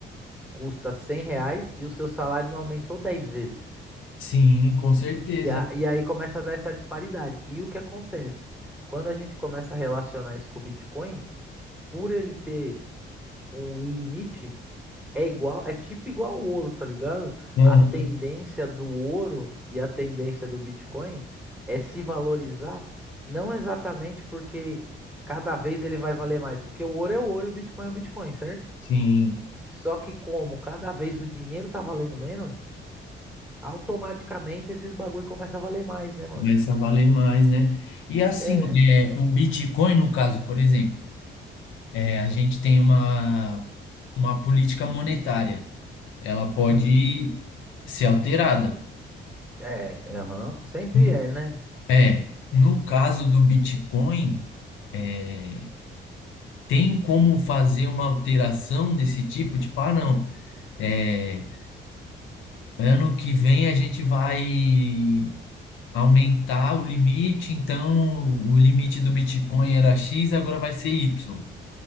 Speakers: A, in the centre; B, on the left (about 80°).
A: custa 100 reais e o seu salário não aumentou 10 vezes.
B: Sim, com certeza.
A: E, a- e aí começa a dar essa disparidade. E o que acontece? Quando a gente começa a relacionar isso com o Bitcoin, por ele ter um limite é igual, é tipo igual o ouro, tá ligado?
B: Uhum,
A: A tendência do ouro e a tendência do Bitcoin é se valorizar, não exatamente porque cada vez ele vai valer mais, porque o ouro é o ouro e o Bitcoin é o Bitcoin, certo?
B: sim,
A: Só que como cada vez o dinheiro tá valendo menos, automaticamente esses bagulho começa a valer mais, né, mano?
B: começa a valer mais, né? E assim,
A: É.
B: é, o Bitcoin, no caso, por exemplo, é, a gente tem uma, uma política monetária. Ela pode
A: Hum.
B: ser alterada.
A: É, aham. Sempre
B: No-
A: é, né?
B: É, no caso do Bitcoin, é, Tem como fazer uma alteração desse tipo? Tipo, ah, não, é, ano que vem a gente vai aumentar o limite, então o limite do Bitcoin era X, agora vai ser Y.